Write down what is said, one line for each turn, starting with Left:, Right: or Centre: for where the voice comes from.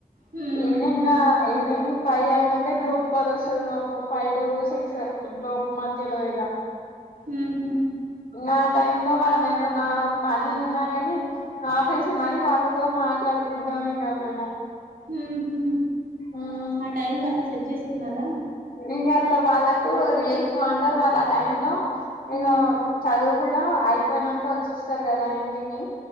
Right: ఊహూ
Left: ఈవినింగ్ ఈవినింగ్ ఫై అయ్యిందంటే టే గ్రూప్ కాల్ వస్తది. మాకు ఫైవ్ టు సిక్స్ లోక్ మధ్యలో ఇగా
Right: ఊహు
Left: నా టైమ్ లో మనం ఏమన్నా పని ఉన్నా కాని ఆపేసి మరి వాళ్ళతో మ మాట్లాడుకుంటాం ఇంకా మేము
Right: ఉహు
Left: ఉమ్
Right: ఆ టైమ్ లో అట్లా సెట్ చేసుకున్నారా?
Left: ఏంది అట్ల వాళ్ళకు రిలీఫ్గా ఉంటారు వాళ్ళు ఆ టైమ్ లో ఇగ
Right: ఊ
Left: చదువు కూడా అ అయిపోయినంక వచ్చిస్తారు కదా ఇంటికి